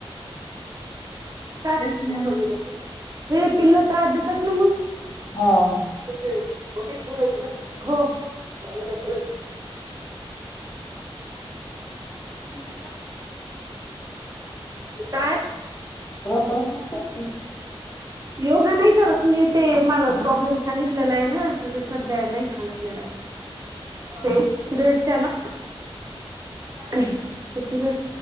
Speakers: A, on the right; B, on the left.
A: काय
B: तेच ना
A: <unintelligible> हे पिल्लं त्रास देतात ना, मग
B: हो.
A: <unintelligible> हो. बोल.
B: तू नाही
A: काय
B: करत <unintelligible> <inaudible>
A: योगा नाही करत त मी ते, मला प्रॉब्लेम सांगितलेला आहे ना तर ते सध्या नाही सांगितले. ते पिरेडच्या ना. ते पिरिड